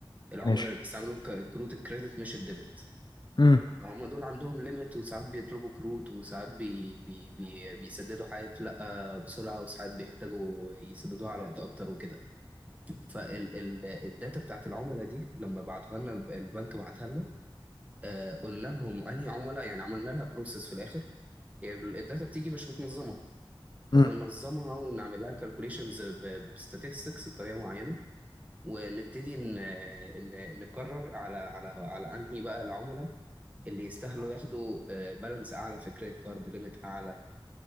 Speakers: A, on the right; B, on the left.
A: العملاء
B: ماشي
A: اللي بيستعملوا ك- كروت الكريدت مش الديبت
B: امم
A: فهم دول عندهم ليميت وساعات بيطلبوا كروت وساعات بي بي بي بيسددوا حاجات لا بسرعه وساعات بيحتاجوا يسددوها على وقت اكتر وكده فالداتا بتاعت العملاء دي لما بعتوها لنا الب- البنك بعتها لنا آه، قلنا لهم انهي عملاء يعني عملنا لها بروسيس في الاخر يعني الداتا بتيجي مش متنظمه فبننظمها
B: امم
A: ونعمل لها كالكوليشنز بستاتستكس بطريقه معينه ونبتدي ن- ن- نقرر على على على انهي بقى العملاء اللي يستاهلوا ياخدوا بالانس اعلى في كريدت كارد ليميت اعلى